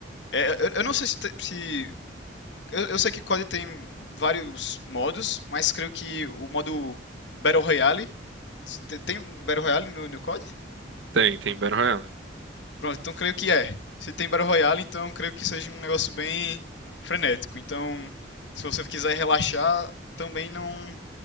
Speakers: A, on the left; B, on the right.
A: É, eu, eu não sei se, te- se- eu, eu sei que COD tem vários modos, mas creio que o modo Battle Royale. te- Tem Battle Royale no, no COD?
B: Tem, tem Battle Royale.
A: Pronto, então creio que é. Se tem Battle Royale, então creio que seja um negócio bem frenético. Então, se você quiser relaxar, também não,